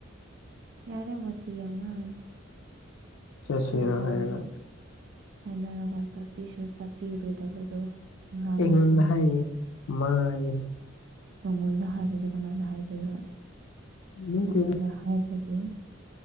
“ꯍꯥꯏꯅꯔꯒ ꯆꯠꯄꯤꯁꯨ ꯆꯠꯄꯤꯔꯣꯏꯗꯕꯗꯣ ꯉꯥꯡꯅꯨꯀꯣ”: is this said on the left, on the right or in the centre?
Right